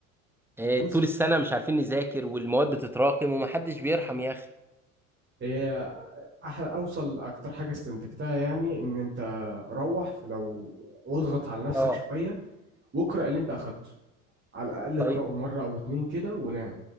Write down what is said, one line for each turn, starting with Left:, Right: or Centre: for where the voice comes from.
Centre: آه،
Right: بص
Centre: طول السنة مش عارفين نذاكر والمواد بتتراكم ومحدش بيرحم يا أخي
Right: هي احلى اوصل اكتر حاجه استنتجتها يعني ان انت روح لو واضغط على نفسك
Centre: اه
Right: شويه واقرا اللي انت اخدته على الاقل
Centre: طيب
Right: اقراه مره او اتنين كده ونام